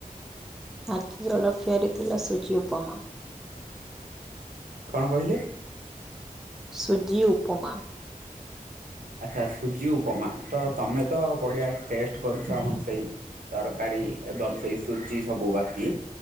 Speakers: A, in the centre; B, on the right (about 70°).
A: ଆଜି ଜଳଖିଆରେ ଥିଲା ସୁଜି, ଉପମା।
B: କଣ କହିଲେ?
A: ସୁଜି, ଉପମା।
B: ଆଚ୍ଛା ସୁଜି, ଉପମା ତ ତମେ ତ ବଢିଆ ଟେଷ୍ଟ କରୁଛ ଆମର ସେଇ। ତରକାରୀ ଏବଂ ସେଇ ସୁଜି ସବୁ ବାକି